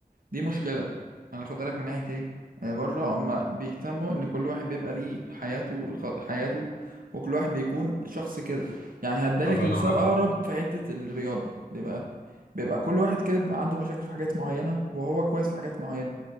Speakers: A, on the right; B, on the left.
A: دي مشكلة انا خد بالك من ناحية ايه بره هما بيهتموا ان كل واحد بيبقى ليه حياته الخ... حياته وكل واحد بيكون شخص كده يعني هدالك
B: الله
A: مثال
B: ينور
A: اقرب
B: عليك
A: في حتة الرياضة ليه بقى بيبقى كل واحد كده بيبقى عنده مشاكل في حاجات معينة وهو كويس في حاجات معينة